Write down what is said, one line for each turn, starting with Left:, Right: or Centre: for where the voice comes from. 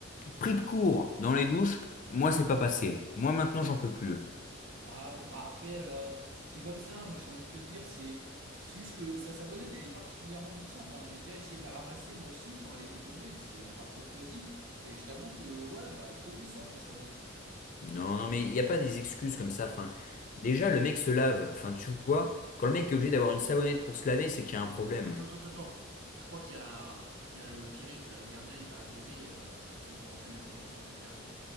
Left: pris de court dans les douches, moi, c'est pas passé. Moi, maintenant, j'en peux plus.
Right: Ah, bah, après, euh, c'est comme ça, moi j'ai envie de te dire, c'est c'est juste que sa sabonnette, elle est particulièrement glissante, hein. J'ai déjà essayé de la ramasser moi aussi quand elle était tombée, parce que par courtoisie, et je t'avoue que, ouais, bah, trop glissante la sabonnette.
Left: Non, non, mais il n'y a pas des excuses comme ça. Enfin, déjà, le mec se lave. Enfin, tu vois, quand le mec est obligé d'avoir une savonnette pour se laver, c'est qu'il y a un problème.
Right: Attends, attends, attends. attends. Je crois qu'il y a, il y a le Pierrick, là, le gardien, il va arriver. euh, Il faut qu'on reprenne la conversation plus tard. hein.